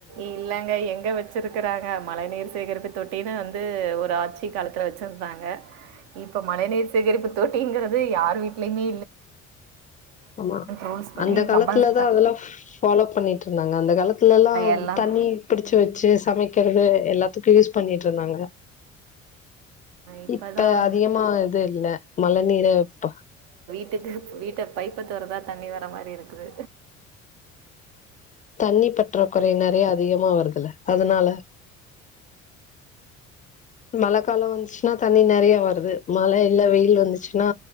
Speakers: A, on the right; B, on the left.
A: இல்லங்க எங்க வச்சிருக்குறாங்க மழை நீர் சேகரிப்பு தொட் டின்னு வந்து ஒரு ஆட்சி காலத்துல வச்சிருந்தாங்க இப்ப மழ நீர் சேகரிப்பு தொட்டிங்குறது யார் வீடலேயமே
B: அமா
A: ரூல்ஸ் படி
B: அந்த காலத்தலதா
A: கம்பல்
B: அதல்லா ஃபாலோ பண்ணிட்டுருந்தாங்க அந்த காலத்தல்லாம்
A: எல்லாம்
B: தண்ணி புடிச்சு வச்சு சமக்கறது எல்லாத்துக்கு யூஸ் பண்ணி ந்தாங்க
A: இப்போ
B: இப்ப
A: தான்
B: அதிகமா இது இல்ல மழ நீர ப்ப
A: ட்டுக்கு வீட்ட பைப்ப தொறந்த தண்ணி வர மாரி இருக்குது
B: தண்ணி பற்றாகுறை நெறைய அதிகமா வருதுல அதனால மழ கால வந்ச்சுன்னா தண்ணி நெறலயா வருது மழ இல்ல வெயில் வந்துச்சுன்னா